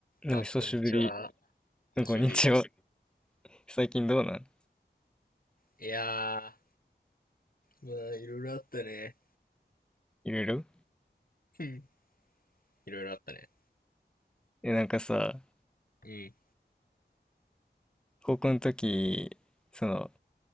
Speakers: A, in the centre; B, on the left.
A: お久しぶり。
B: あ、こんにちは。久しぶり。
A: こんにちは。最近どうなん
B: いやー、まあ、いろいろあったね。
A: いろいろ
B: うんいろいろあったね。
A: え、なんかさ、
B: うん、
A: 高校の時、その、